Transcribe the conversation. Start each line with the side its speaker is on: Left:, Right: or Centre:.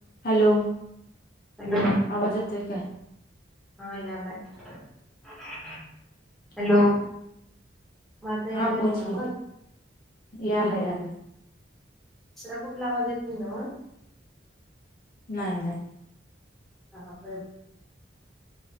Left: Hello.
Centre: Hello
Left: आवाज येतोय काय?
Centre: हॅलो.
Left: हा
Centre: माझा यालाय
Left: हा
Centre: ना
Left: बोल
Centre: आवाज
Left: की. यालायं, यालायं.
Centre: दुसरा कुठला आवाज येत नाही नव्हं?
Left: नाही, नाही.
Centre: हा. बरं